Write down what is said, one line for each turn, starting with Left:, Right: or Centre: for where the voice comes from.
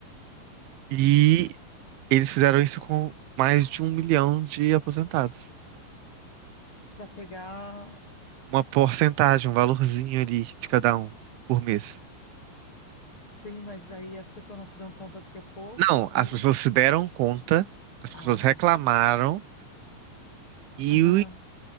Right: E
Left: Uau.
Right: eles fizeram isso com mais de um milhão de aposentados.
Left: Pra pegar.
Right: Uma porcentagem, um valorzinho ali de cada um por mês.
Left: Sim, mas daí as pessoas não se dão conta porque é pouco
Right: Não, as
Left: e.
Right: pessoas se deram conta, as
Left: Ah,
Right: pessoas reclamaram e
Left: aham,